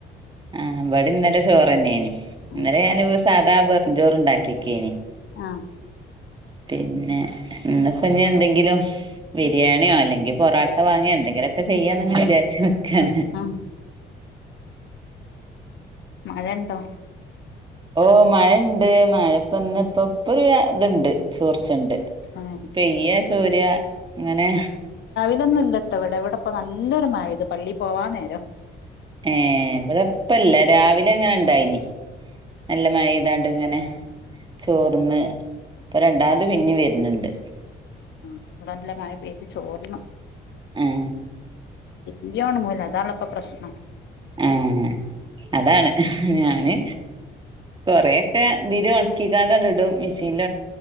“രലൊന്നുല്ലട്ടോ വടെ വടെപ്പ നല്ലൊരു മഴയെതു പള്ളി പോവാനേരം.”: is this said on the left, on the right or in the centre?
Left